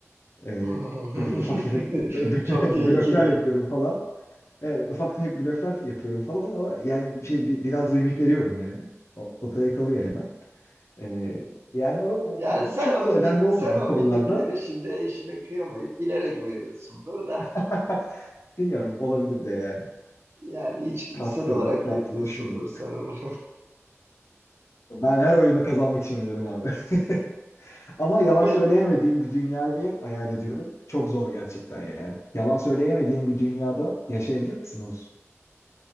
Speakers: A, on the left; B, on the right.
A: Ee,
B: <laughs>
A: böyle ufak tefek <laughs>
B: Çok tehlikeli.
A: blöfler yapıyorum falan. Ee, ufak tefek blöfler yapıyorum falan ama yani şey bi- biraz mimik veriyorum yani. O, o da yakalıyor hemen. Ee, yani o, o
B: Ya sen
A: çok
B: o
A: da
B: mimik
A: önemli olmayan
B: sen o
A: konularda
B: mimikleri şimdi eşine kıyamayıp bilerek veriyorsundur da.
A: <laughs> bilmiyorum olabilir de yani
B: Yani içgüdüsel
A: kasti
B: olarak
A: olarak yaptığımı
B: yapıyorsundur
A: düşünmüyorum.
B: sanırım.
A: Ben her oyunu kazanmak için oynarım abi. <laughs> Ama yalan
B: <laughs> Evet.
A: söyleyemediğim bir dünyayı hayal ediyorum. Çok zor gerçekten yani. Yalan söyleyemediğin bir dünyada yaşayabilir misin Oğuz?